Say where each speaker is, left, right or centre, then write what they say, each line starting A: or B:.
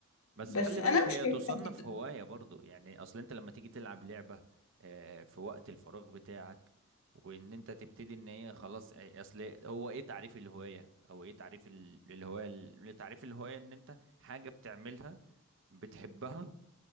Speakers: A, on the right; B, on the left.
A: بس
B: بس
A: خلي
B: انا
A: بالك هي
B: مش شايفة
A: تصنف
B: كده.
A: هواية برضو يعني اصل انت لما تيجي تلعب لعبة آه، في وقت الفراغ بتاعك وان انت تبتدي ان هي خلاص آه، اصل هو ايه تعريف الهواية او ايه تعريف ال- الهواية ال- تعريف الهواية ان انت حاجة بتعملها بتحبها